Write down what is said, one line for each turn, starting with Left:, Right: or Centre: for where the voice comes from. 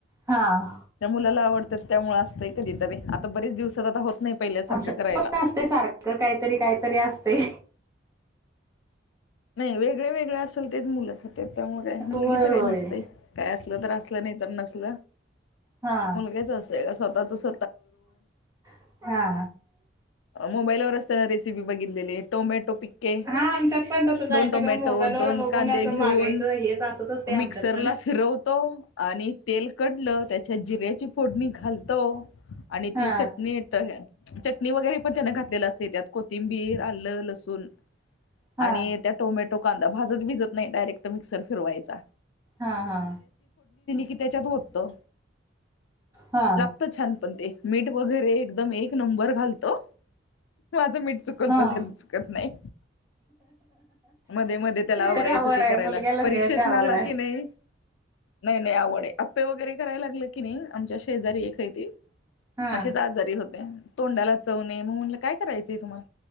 Right: हा
Left: त्या मुलाला आवडतात त्यामुळ असतंय कधीतरी आता बरीेच दिवसात आता होत नाही. पहिल्यासारखं
Right: आमच्या
Left: करायला
Right: पण असते सारखं काहीतरी काहीतरी असते.
Left: नाही वेगळे वेगळे असेल तेच मुल त्यामुल काय मुलगीच
Right: होय
Left: काही
Right: होय
Left: नसतं काय अस. असलं नाही तर नसल
Right: हा
Left: मुलगच अस का स्वतःच.
Right: हा
Left: मोबाईल वर असना. बघितलेली टोमॅटो पिके.
Right: हा आमच्यात पण तसंच आहे
Left: दोन
Right: सगळं
Left: टोमॅटो
Right: मोबाईलवर
Left: दोन
Right: बघून
Left: कांदे
Right: असं
Left: घेऊन
Right: मागायचं हे असंच असते आमच्यात
Left: मिक्सरला
Right: पण
Left: फिरवतो आणि आणि तेल कढलं त्याच्यात जिऱ्याची फोडणी घालतो आणि
Right: हा
Left: ती चटणी चटणी वगैरे पण त्यान घातलेलं असते त्यात कोथिंबीर, आल, लसूण,
Right: हा.
Left: आणि त्या टोमॅटो कांदा भाजत भिजत नाही डायरेक्ट मिक्सर मध्ये फिरवायचा.
Right: हा हा
Left: कि त्याच्यात होततो
Right: हा
Left: लागत छान पण ते. मीठ वगैरे एकदम एक नंबर घालतो. माझं मीठ चुकल
Right: हा
Left: पण त्यात चुकत नाही. मध्ये मध्ये त्याला आवडायचं
Right: तरी आवड
Left: ते
Right: आहे
Left: करायला
Right: मुलग्याला
Left: परीक्षेच
Right: सगळ्याची आवड
Left: नाला
Right: आहे
Left: की नाही. नाही नाही आवड आप्पे वगैरे करायला लागले की नाही. आमच्या शेजारी एक आहेती
Right: हा
Left: असेच आजारी होते. तोंडाला चवणे मग म्हटलं काय करायचंय तुम्हाला